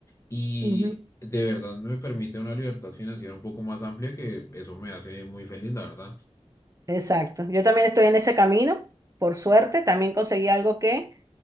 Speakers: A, on the left (about 30°); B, on the right (about 30°).
A: y
B: ujú,
A: de verdad me permite una libertad financiera un poco más amplia que eso me hace muy feliz, la verdad.
B: Exacto. Yo también estoy en ese camino, por suerte. También conseguí algo que